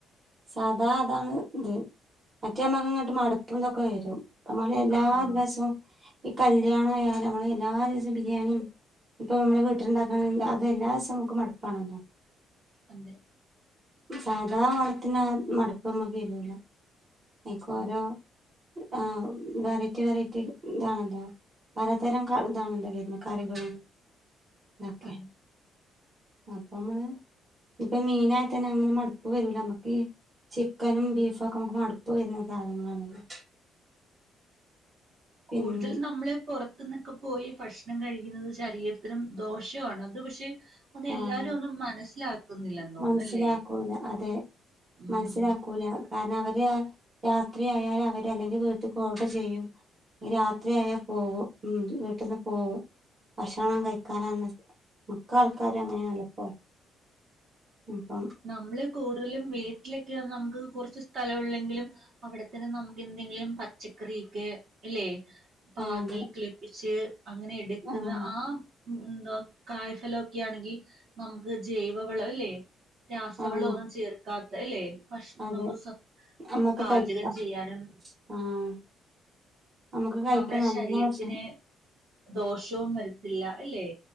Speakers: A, on the right; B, on the right.
A: സാദാ അതാണ് ഇത് മറ്റേമ്മക്ക് ഇങ്ങട്ട് മടുപ്പന്തൊക്കെ വരും നമ്മള് എല്ലാ
B: ആഹ്
A: ദിവസവും ഈ കല്യാണായാൽ ഞമ്മള് എല്ലാ ദിവസവും ബിരിയാണിയും ഇപ്പൊ മ്മള് വീട്ടിലുണ്ടാക്കണ്ന്താ അത് എല്ലാ ദീസം നമക്ക് മട്പ്പാണല്ലോ
B: അതെ
A: സാധാ ഓണത്തിന് ആ മടുപ്പൊന്നും വരൂല ഐക്കോരോ
B: അതെ
A: ആഹ് വെറൈറ്റി വെറൈറ്റി ഇതാണല്ലോ പലതരം ക ഇതാണല്ലോ വര്ന്നെ കറികള്. തൊക്കെ
B: അതെ
A: അപ്പൊ മ്മള് ഇപ്പൊ മീനായതന്നെ അങ്ങനെ മടുപ്പ് വരൂല അമ്മുക്കീ ചിക്കനും ബീഫും ഒക്കെ മുക്ക് മടുപ്പ് വരുന്ന സാധനങ്ങളാണല്ലോ
B: കൂടുതലും
A: പിന്നെ
B: നമ്മളെ പൊർ ത്ത്ന്നൊക്കെ പോയി ഭക്ഷണം കഴിക്കുന്നത് ശരീരത്തിനു ദോഷാണ് അത് പക്ഷെ അതെല്ലാരും
A: ആഹ്
B: ഒന്നും മനസ്സിലാക്കുന്നില്ലന്ന് തോന്നുന്നു
A: മനസ്സിലാക്കൂല
B: അല്ലേ
A: അതെ
B: ഉം
A: മനസ്സിലാക്കൂല കാരണം അവര് രാത്രി ആയാൽ അവര് അല്ലെങ്കി വീട്ടിക്ക് ഓർഡർ ചെയ്യും നിരാത്രി ആയാൽ പോവും ഉം വീട്ടിന്ന് പോവും ഭക്ഷണം കഴിക്കാനാണന്ന് മിക്കാ ൾക്കാരും അങ്ങനെയാണല്ലോ ഇപ്പോ ഇപ്പം
B: നമ്മള് കൂടുതലും വീട്ടിലക്കെ നമുക്ക് കുറച്ച് സ്ഥലം ഉള്ളെങ്കിലും അവിടെത്തന്നെ നമുക്ക് എന്തെങ്കിലും പച്ചക്കറിക്കെ ഇല്ലേ പാകി
A: അതെ
B: കിളിപ്പിച്ച് അങ്ങനെ എടുക്കുന്ന
A: ആഹ്
B: ആ ഉം ന്തോ കായ്ഫലൊക്കെ ആണെങ്കി നമുക്ക് ജൈവവളം ല്ലേ രാസവളോ
A: ആഹ്
B: ഒന്നും ചേർ കാത്ത ല്ലേ ഭക്ഷ
A: അതെ
B: നമുക്ക് സ
A: നമ്മക്ക്
B: നമുക്ക് പാചകം
A: കഴിക്കാം
B: ചെയ്യാനും
A: ആഹ് നമുക്ക് കഴിക്കാം
B: നമ്മുടെ
A: നല്ല
B: ശരീരത്തിന്
A: ഭക്ഷണം
B: ദോഷവും വരത്തില്ല അല്ലേ